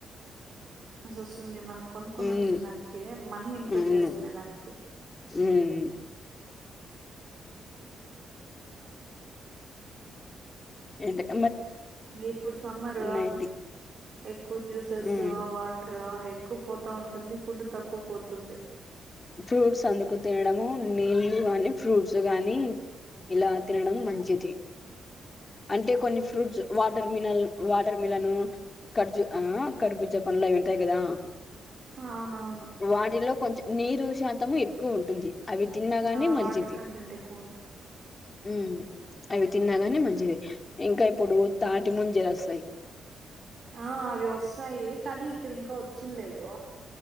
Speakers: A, on the right; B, on the left.
A: జోస్తుంది మనం. కొనుక్కొని
B: ఉమ్
A: వచ్చిన దానికి మనం ఇంట్లో
B: అవును
A: చేసుకునే దానికి.
B: ఉమ్ ఎంతక్.
A: ఇప్పుడు సమ్మర్
B: నైట్
A: ఎక్కువ జ్యూసెస్
B: ఉమ్
A: వాటర్ ఎక్కువ పోతు. సౌండ్ ఉంది. ఫుడ్ తక్కువ పోతుంది.
B: ఫ్రూట్స్ అందుకు తినడము నీళ్లు కాని ఫ్రూట్స్ గానీ ఇలా తినడం మంచిది. అంటే కొన్ని ఫ్రూట్స్ వాటర్ మినల్ వాటర్ మిలన్ ఖర్జు ఆహ్ కర్బుజ పండ్లు అవి ఉంటాయి కదా.
A: అవునవును.
B: వాటిలో కొంచెం. నీరు శాతము ఎక్కువ ఉంటుంది. అవి తిన్నాగాని
A: ఆహ్
B: మంచిది
A: వాటర్ కంటెంట్ ఎక్కువ ఉంటుంది.
B: ఉమ్ అయి తిన్నగాని మంచి ఇంకా ఇప్పుడు తాటి ముంజస్. పై
A: ఆహ్ అవి వస్తాయి. కానీ ఇక్కడ ఇంకా వచ్చింది లేదు.